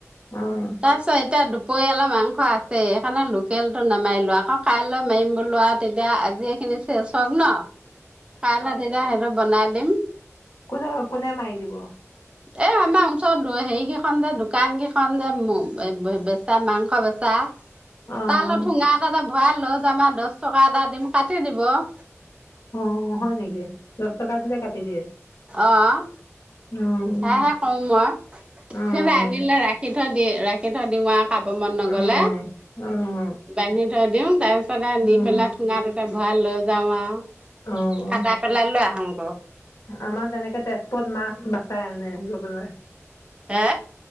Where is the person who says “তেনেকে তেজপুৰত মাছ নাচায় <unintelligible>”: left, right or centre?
Left